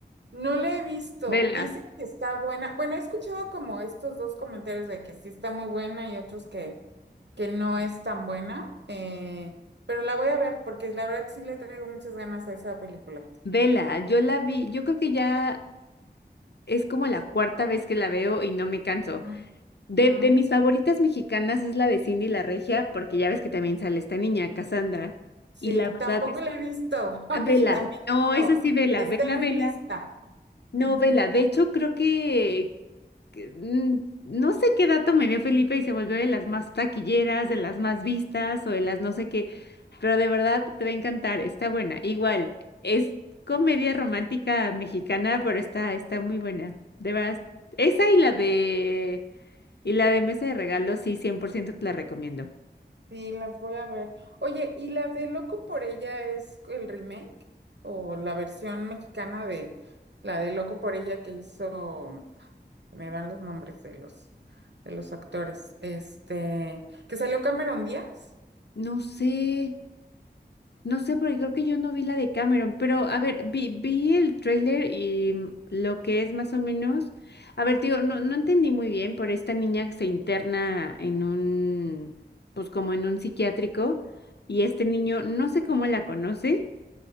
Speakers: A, on the right; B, on the left.
A: No la he visto.
B: Vela.
A: Dicen que está buena. Bueno, he escuchado como estos dos comentarios de que sí está muy buena y otros que, que no es tan buena. eh, pero la voy a ver porque la verdad sí le traigo muchas ganas a esa película.
B: Vela, yo la vi, yo creo que ya es como la cuarta vez que la veo y no me canso.
A: Ujú.
B: De,
A: Mm,
B: de mis favoritas mexicanas es la de Cindy la Regia, porque ya ves que también sale esta niña, Cassandra.
A: sí,
B: Y la verdad
A: tampoco
B: es,
A: la he visto <laughs>
B: ah, vela,
A: y también
B: no,
A: tengo.
B: es así, vela,
A: Está
B: vela,
A: en
B: vela.
A: mi lista.
B: No,
A: Ujú.
B: vela, de hecho creo que, que, mm, no sé qué dato me dio Felipe y se volvió de las más taquilleras, de las más vistas o de las no sé qué, pero de verdad te va a encantar, está buena. Igual, es comedia romántica mexicana, pero está, está muy buena. De verdad, esa y la de... Y la de mesa de regalos, sí, 100% te la recomiendo.
A: Sí, las voy a ver. Oye, ¿y la de Loco por ella es el remake o la versión mexicana de la de Loco por ella que hizo? se me van los nombres de los, de los actores, este, que salió Cameron Díaz.
B: No sé, no sé, porque creo que yo no vi la de Cameron, pero a ver, vi, vi el tráiler y mm, lo que es más o menos, a ver, tío, no, no entendí muy bien, por esta niña que se interna en un, pues como en un psiquiátrico, y este niño, no sé cómo la conoce,